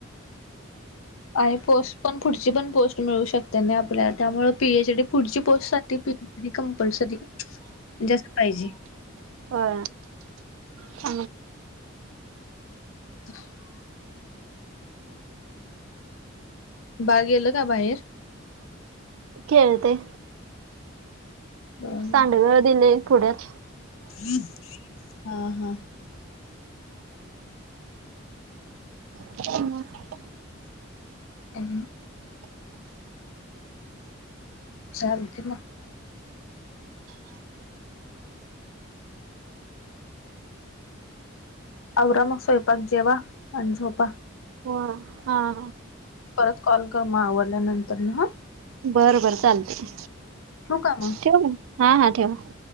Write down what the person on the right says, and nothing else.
हो ह
खळतय.
सांडगळ दिले पुुढत.
ह
हो हा
बरं बरं चालते
ठेव म हा हा ठेवा.